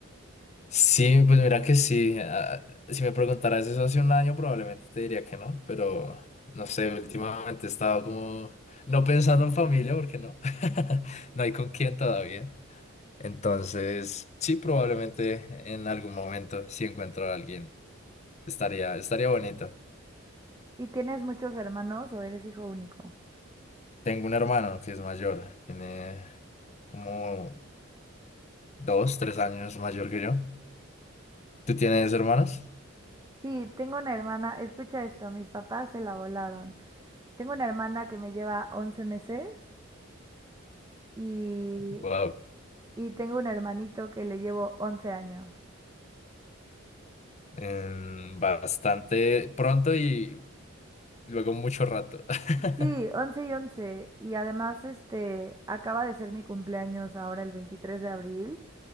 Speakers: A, on the left; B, on the right.
A: Sí, pues mira que sí. ah, si me preguntaras eso hace un año, probablemente te diría que no, pero no sé, últimamente he estado como no pensando en familia porque no, <laughs> no hay con quién todavía. Entonces, sí, probablemente en algún momento, si encuentro a alguien, estaría, estaría bonito.
B: ¿Y tienes muchos hermanos o eres hijo único?
A: Tengo un hermano que es mayor, tiene como dos, tres años mayor que yo. ¿Tú tienes hermanos?
B: Sí, tengo una hermana, escucha esto, mis papás se la volaron. Tengo una hermana que me lleva 11 meses. Y
A: Wow.
B: y tengo un hermanito que le llevo 11 años.
A: em, bastante pronto y luego mucho rato.
B: Sí,
A: <laughs>
B: 11 y once Y además, este, acaba de ser mi cumpleaños ahora el 23 de abril.